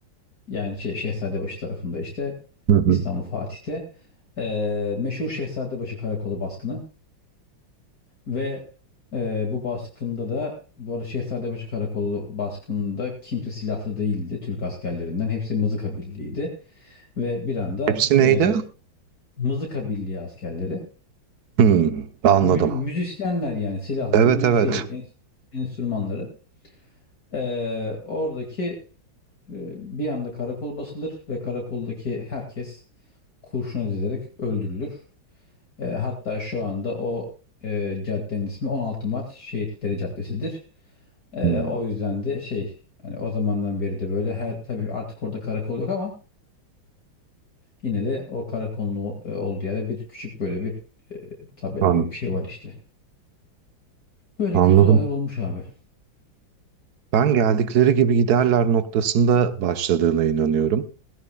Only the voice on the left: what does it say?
Yani şey, Şehzadebaşı tarafında işte
İstanbul Fatih'te eee, meşhur Şehzadebaşı Karakolu baskını ve eee, bu baskında da bu arada Şehzadebaşı Karakolu baskında kimse silahlı değildi Türk askerlerinden. Hepsi mızıka birliğiydi. Ve bir anda
eee
mızıka birliği askerleri
mü- müzisyenler yani silahları,
mü-
şey en- enstrümanları Ee, oradaki e, bir anda karakol basılır ve karakoldaki herkes kurşuna dizilerek öldürülür. Ee, hatta şu anda o e, caddenin ismi 16 Mart Şehitleri Caddesi'dir. Ee,
o yüzden de şey yani o zamandan beri de böyle her tabii artık orada karakol yok ama yine de o karakolun o- e, olduğu yerde bir küçük böyle bir e, tabela
gibi bir şey var işte. Böyle
kötü olaylar olmuş abi.